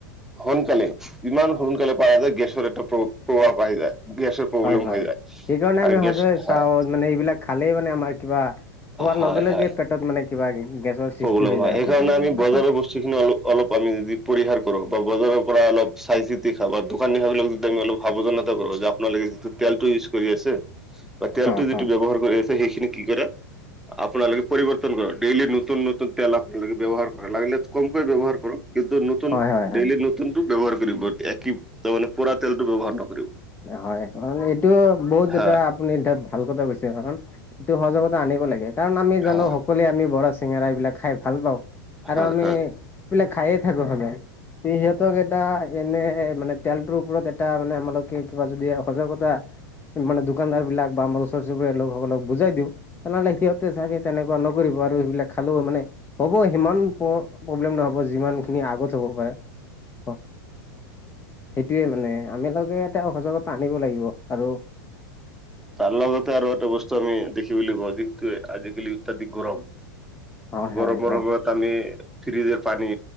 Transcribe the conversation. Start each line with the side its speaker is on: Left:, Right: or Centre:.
Centre: সোনকালে ইমান সোনকালে পা যায় গেছৰ এটা প্ৰ প্ৰভাৱ আহি যায়, গেছৰ প্ৰব্লেম
Left: হয়, হয়।
Centre: হৈ যায়
Left: সেইকাৰণে
Centre: আৰু
Left: আমি সদায়
Centre: গেছ
Left: চাও
Centre: হয়
Left: মানে এইবিলাক খালেই মানে আমাৰ কিবা খোৱাৰ
Centre: হয়
Left: লগে লগে
Centre: হয়
Left: পেটত মানে কিবা গেছৰ সৃষ্টি
Centre: প্ৰব্লেম
Left: হৈ
Centre: হয়,
Left: যায় আপোনাৰ
Centre: সেইকাৰণে
Left: সেইবিলাক
Centre: আমি
Left: নহয়
Centre: বজাৰৰ বস্তু বস্তুখিনি সেইখিনি অলপ অলপ আমি যদি পৰিহাৰ কৰোঁ বা বজাৰৰ পৰা অলপ চাই চিতি খাওঁ বা দোকানী খোৱাবিলাক যদি আমি অলপ সাৱধানতা কৰো যে আপোনালোকে যিটো তেলটো ইউজ কৰি আছে বা তেলটো
Left: অ
Centre: যিটো
Left: অ
Centre: ব্যৱহাৰ কৰি আছে সেইখিনি কি কৰে আপোনালোকে পৰিৱৰ্তন কৰক। ডেইলি ন নতুন-নতুন তেল আপোনালোকে ব্যৱহাৰ কৰক। লাগিলে কমকৈ ব্যৱহাৰ কৰক, কিন্তু নতুন
Left: হয় হয় হয়
Centre: ডেইলি নত তুনটো ব্যৱহাৰ কৰিব এতিয়া। <unintelligible> তাৰ মানে পোৰা তেলটো ব্যৱহাৰ নকৰিব।
Left: হয় মানে এইটো বহুত
Centre: হা
Left: এটা আপুনি এতিয়া ভাল কথা কৈছে, কাৰণ এইটো সজাগতা আনিব লাগে। কাৰণ আমি জানো
Centre: হা
Left: সক সকলোৱে আমি বৰা, চিঙেৰা এইবিলাক খাই ভাল পাওঁ আৰু
Centre: হয়
Left: আমি
Centre: হয়
Left: এইবিলাক খায়ে থাকো সদায়। আমি সিহঁতক এটা এনে মানে তেলটোৰ ওপৰত এটা মানে আমালোকে কিবা যদি সজাগতা মানে দোকানদাৰ বিলাক বা আমাৰ ওচৰ চুবুৰীয়া লোকসকলক বুজাই দিওঁ তেনেহ'লে সিহঁতে চাগে তেনেকুৱা নকৰিব আৰু সেইবিলাক খালেও মানে হ'ব সিমান প প্ৰব্লেম নহ'ব যিমান খিনি আগত হ'ব পাৰে। অ। সেইটোৱে মানে আমিলোকে এটা সজাগতা আনিব লাগিব আৰু
Centre: তাৰ লগতে আৰু এটা বস্তু আমি দেখিবলৈ পাওঁ যিহেতু আজি-কালি অত্যাধিক গৰম।
Left: হয়
Centre: গৰমৰ
Left: হয় হয়
Centre: সময়ত আমি ফ্ৰিজৰ পানী